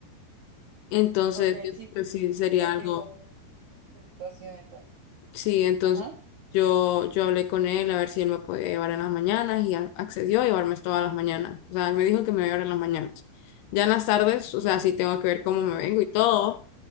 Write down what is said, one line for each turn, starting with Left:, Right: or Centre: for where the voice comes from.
Left: entonces
Right: Ok, sí,
Left: pues
Right: sí,
Left: sí sería
Right: porque
Left: algo.
Right: yo también estoy en esa situación entonces.
Left: Sí, entonces
Right: Ajá.
Left: yo, yo hablé con él a ver si él me podía llevar en las mañanas y a- accedió a llevarme todas las mañanas. O sea, él me dijo que me iba a llevar en las mañanas. Ya en las tardes, o sea, sí tengo que ver cómo me vengo y todo,